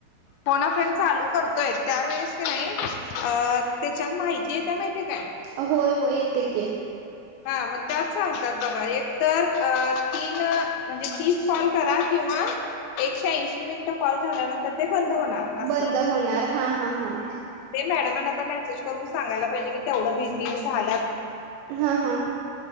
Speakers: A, on the left; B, on the right.
A: फोन फ्रेंड चालू करतोय त्यावेेळेस की नाही अ त्याच्यात माहिती आहेेत माहितीे काय
B: अ होय होय येतक
A: हा मग त्यात सांगतात बघा एक तर तीन म्हणजे तीस कॉल करा किंवा एकशे ऐंशी मिनिटं कॉल झाल्यानंतर ते बंद होणार असं
B: बंद होणार हा हा हा
A: ते मॅडमने आता मेसेज करून सांगायला पाहिजे की तेवढं मेह झालात
B: हां हां